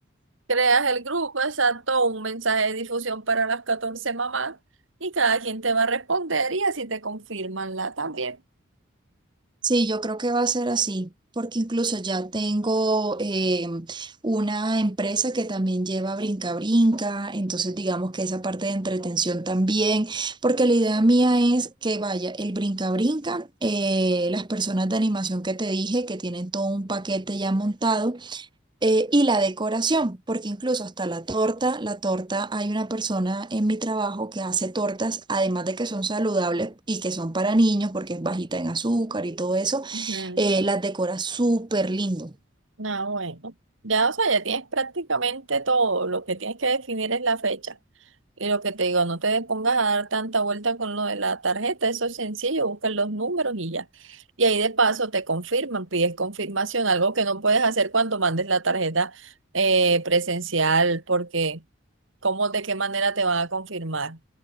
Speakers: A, on the right; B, on the right.
A: Creas el grupo, exacto, un mensaje de difusión para las 14 mamás y cada quien te va a responder y así te confirman la también.
B: Sí, yo creo que va a ser así, porque incluso ya tengo eh, una empresa que también lleva brinca brinca, entonces digamos que esa parte de entretención también, porque la idea mía es que vaya el brinca brinca, eh, las personas de animación que te dije que tienen todo un paquete ya montado. eh, y la decoración, porque incluso hasta la torta, la torta, hay una persona en mi trabajo que hace tortas, además de que son saludables y que son para niños porque es bajita en azúcar y todo eso
A: Ujú.
B: eh, las decora súper lindo.
A: Ah, bueno. Ya, o sea, ya tienes prácticamente todo. Lo que tienes que definir es la fecha. Y lo que te digo, no te pongas a dar tanta vuelta con lo de la tarjeta, eso es sencillo, buscan los números y ya. Y ahí de paso te confirman, pides confirmación, algo que no puedes hacer cuando mandes la tarjeta eh, presencial, porque ¿cómo, de qué manera te van a confirmar?